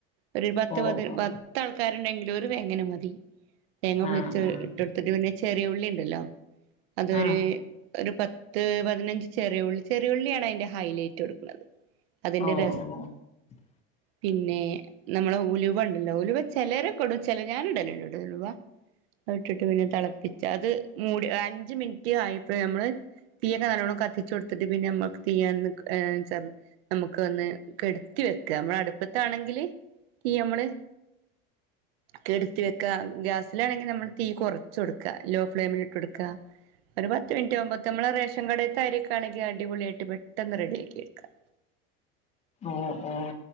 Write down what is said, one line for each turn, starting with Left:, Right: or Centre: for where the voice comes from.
Right: ഒരു പത്ത്
Left: ഓ
Right: പത്
Left: ഓ
Right: പത്താൾക്കാരുണ്ടെങ്കിലും ഒരു തേങ്ങനമതി തേങ്ങ പൊളിച്ച്
Left: ആഹ് ആഹ്
Right: ഇട്ടെടുത്തിട്ട് പിന്നെ ചെറിയുള്ളി ഉണ്ടല്ലോ അതൊരു
Left: ആഹ്
Right: ഒരു പത്ത് പതിനഞ്ച് ചെറിയ ഉള്ളി ചെറിയ ഉള്ളിയാണ് അതിന്റൊരു ഹെെലേറ്റ് കൊടുക്കുന്നത് അതിൻ്റേത്
Left: ഓ <inaudible>
Right: പിന്നെ നമ്മളെ ഉലുവ ഉണ്ടല്ലോ ഉലുവ ചിലരെക്കിടും ചില ഞാൻ ഇടലോണ്ട ഇട ഉലുവ അതിട്ടിട്ട് പിന്നെ തിളപ്പിച്ച് അത് മൂടി അഞ്ച് മിനിറ്റ് ആയപ്പോഴ നമ്മള് തീയൊക്കെ നല്ലവോണം കത്തിച്ചു കൊടുത്തിട്ട് പിന്നെ നമ്മക്ക് തീന്ന് ഏഹ് നമുക്ക് വന്ന് കെടുത്തി വെക്ക നമ്മള അടുപ്പത്താണെങ്കില് തീ നമ്മള്
Left: <inaudible>
Right: കെടുത്തി വെക്ക ഗ്യാസിലാണെങ്കിൽ നമ്മള് തീ കുറച്ച് കൊടുക്ക ലോ ഫ്ലെയിമിലിട്ട് കൊടുക്ക ഒരു പത്ത് മിനിറ്റാകുമ്പോൾ നമ്മ റേഷൻ കട അരിയാണെങ്കിൽ അടിപൊളിയായിട്ട് പെട്ടെന്ന് റെഡിയാക്കിയെടുക്കാം
Left: ഓ ഓ